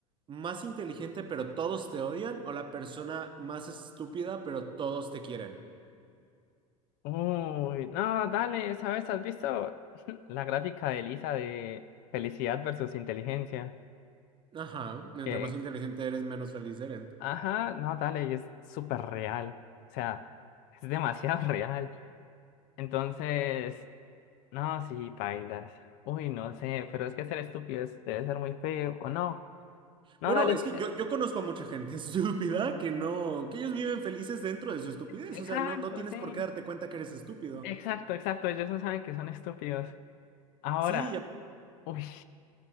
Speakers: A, on the right (about 25°); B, on the left (about 50°).
A: más inteligente pero todos te odian o la persona más estúpida pero todos te quieren?
B: Uy, no, dale, ¿sabes? ¿Has visto <laughs> la gráfica de Elisa de felicidad versus inteligencia?
A: Ajá, entre
B: Que,
A: más inteligente eres, menos feliz eres.
B: ajá, no, dale, y es súper real. O sea, es demasiado <laughs> real. Entonces... No, sí, pailas. Uy, no sé, pero es que ser estúpido es- debe ser muy feo, ¿o no? No,
A: Bueno,
B: dale,
A: es
B: sí,
A: que
B: eh,
A: yo, yo conozco a mucha gente <laughs> estúpida que no, que ellos viven felices dentro de su estupidez,
B: exacto,
A: o sea, no, no tienes
B: sí.
A: por qué darte cuenta que eres estúpido.
B: Exacto, exacto, ellos no saben que son estúpidos. Ahora,
A: Sí, y,
B: uy,